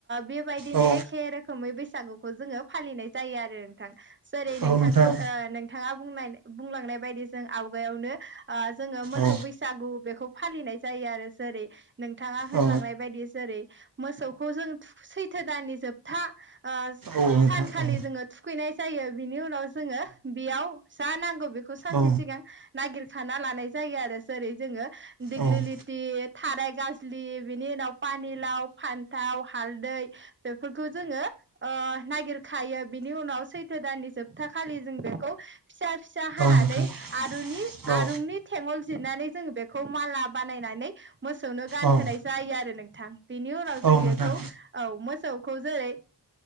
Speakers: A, on the right; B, on the right.
A: बेबायदिनो
B: औ
A: एखे रोखोमै बैसागुखौ जोङो फालिनाय जायो आरो नोंथां। जेरै नोंथांसो
B: औ नोंथां
A: नोंथाङा बुं- बुंलांनाय बायदि जों आवगायावनो ओ जोङो मोसौ
B: औ
A: बैसागु बेखौ फालिनाय जायो आरो जेरै नोंथाङा होनलांनाय
B: औ
A: बायदि जेरै मोसौखौ जों थु-सैथो दाननि जोबथा ओ
B: औ नोंथां
A: सानखालि
B: औ
A: जोङो थुखैनाय जायो। बिनि उनाव जोङो बेयाव जा नांगौ <unintelligible> बे सानसे
B: औ
A: सिगां नागिरखाना लानाय जायो आरो। जेरै जोङो दिगलि
B: औ
A: लिति थाराय गाज्लि बिनि उनाव पानिलाव, फान्थाव, हालदै बेफोरखौ जोङो ओ नागिरखायो बिनि उनाव सैथो दाननि जोबथा खालि जों बेखौ फिसा- फिसा हानानै
B: नोंथां
A: आरुनि-
B: औ
A: आरुंनि थेंगलजों जोङो बेखौ माला बानायनानै मोसौनो गानहोनाय
B: औ
A: जायो आरो नोंथां। बेनि उनाव
B: औ
A: जों
B: नोंथां
A: बेखौ, औ मोसौ <unintelligible> जेरै